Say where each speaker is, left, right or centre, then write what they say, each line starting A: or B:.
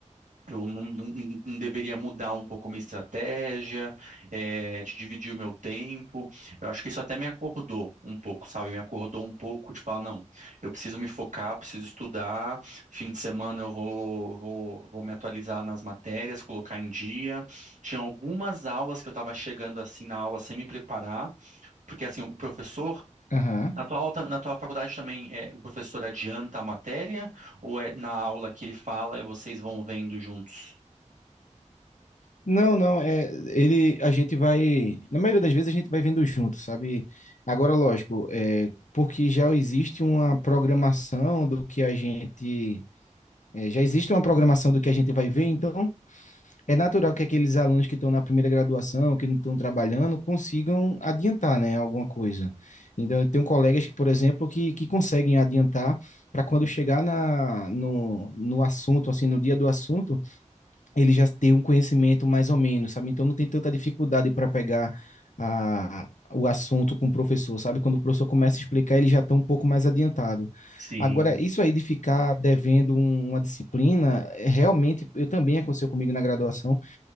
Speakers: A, on the right (about 70°); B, on the left (about 70°).
A: Eu não, não- não deveria mudar um pouco minha estratégia, eh, de dividir o meu tempo. Eu acho que isso até me acordou um pouco, sabe? Me acordou um pouco de falar, não, eu preciso me focar, preciso estudar. Fim de semana eu vou, vou, vou me atualizar nas matérias, colocar em dia. Tinha algumas aulas que eu estava chegando assim na aula sem me preparar, porque assim, o professor.
B: Aham.
A: Na tua, aula, tam- na tua faculdade também eh, o professor adianta a matéria ou é na aula que ele fala e vocês vão vendo juntos?
B: Não, não, é, ele, a gente vai, na maioria das vezes a gente vai vendo junto, sabe? Agora, lógico, é, porque já existe uma programação do que a gente, é, já existe uma programação do que a gente vai ver, então é natural que aqueles alunos que estão na primeira graduação, que não estão trabalhando, consigam adiantar, né, alguma coisa. Então, eu tenho colegas, que, por exemplo, que, que conseguem adiantar para quando chegar na, no, no assunto, assim, no dia do assunto, ele já tem um conhecimento mais ou menos, sabe? Então não tem tanta dificuldade para pegar a, o assunto com o professor, sabe? Quando o professor começa a explicar, ele já está um pouco mais adiantado.
A: Sim.
B: Agora, isso aí de ficar devendo um- uma disciplina, é, realmente, eu também aconteceu comigo na graduação,